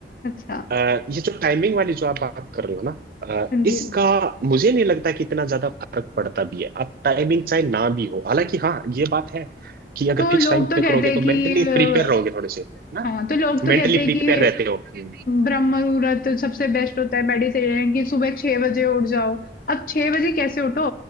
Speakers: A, on the left (about 50°); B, on the right (about 55°).
A: अच्छा
B: अ, ये जो टाइमिंग वाली जो आप बात कर रहे हो ना अ,
A: हाँ जी
B: इसका मुझे नहीं लगता कि इतना ज्यादा फर्क पड़ता भी है अब टाइमिंग चाहे ना भी हो हालांकि हाँ ये बात है कि अगर
A: तो
B: फिक्स
A: लोग
B: टाइम
A: तो
B: पे
A: कहते
B: करोगे तो
A: हैं कि
B: मेंटली
A: अ,
B: प्रिपेयर रहोगे थोड़े से ना
A: हाँ तो लोग
B: मेंटली
A: तो कहते हैं
B: प्रिपेयर
A: कि
B: रहते हो हम्म।
A: ब्रह्म मुहूर्त सबसे बेस्ट होता है मेडिटेशन कि सुबह छह बजे उठ जाओ अब छह बजे कैसे उठो